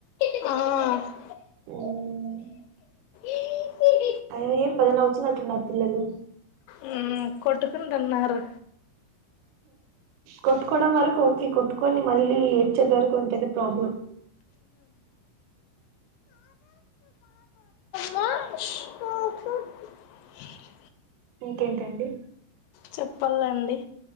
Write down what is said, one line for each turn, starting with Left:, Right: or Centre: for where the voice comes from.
Left: ఆ
Right: అవును.
Left: ఏ పి
Right: అయ్యో ఏం నవ్వుతున్నట్టున్నారు పిల్లలు.
Left: మ్మ్ కొట్కుకుంటన్నారు.
Right: కొట్టుకోవడం వరకు ఓకే కొట్టుకోని మళ్ళీ ఏడ్చేంత వరకుంటేనే ప్రాబ్లం...
Left: మా <unintelligible>
Right: ఇంకేంటండి.
Left: చెప్పల్లండి.